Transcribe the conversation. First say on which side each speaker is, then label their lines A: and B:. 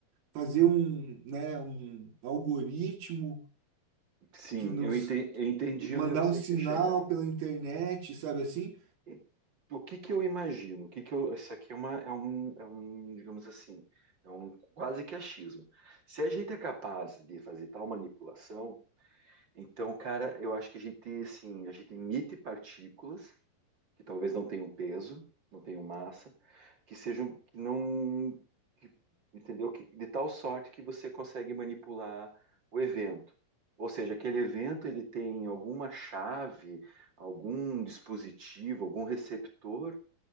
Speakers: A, on the right; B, on the right.
A: fazer um, né, um algoritmo
B: sim,
A: que nos
B: eu enten- eu entendi
A: mandar
B: onde você
A: um sinal
B: quer chegar.
A: pela internet, sabe assim?
B: E O que que eu imagino? O que que eu, isso aqui é, uma, é, um, é um, digamos assim, é um quase que achismo. Se a gente é capaz de fazer tal manipulação, então, cara, eu acho que a gente, assim, a gente emite partículas que talvez não tenham peso, não tenham massa, que sejam, que não, que- entendeu? Que, de tal sorte que você consegue manipular o evento. Ou seja, aquele evento ele tem alguma chave, algum dispositivo, algum receptor